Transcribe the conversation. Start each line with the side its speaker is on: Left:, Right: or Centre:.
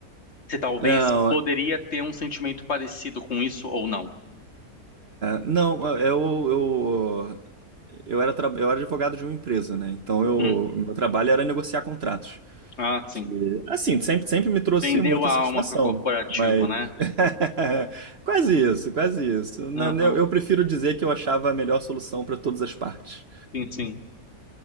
Left: você talvez
Right: Não,
Left: poderia
Right: é,
Left: ter um sentimento parecido com isso ou não.
Right: não, eu, eu, eu, era, tra- eu era advogado de uma empresa, né? Então, eu,
Left: Hum.
Right: meu trabalho era negociar contratos.
Left: Ah, sim.
Right: Que, assim, sempre, sempre me trouxe
Left: Vendeu
Right: muita
Left: a
Right: satisfação.
Left: alma pro corporativo,
Right: Mas
Left: né?
Right: <laughs> quase isso, quase isso. Na-
Left: Aham.
Right: né, Eu, eu prefiro dizer que eu achava a melhor solução para todas as partes.
Left: Sim, sim.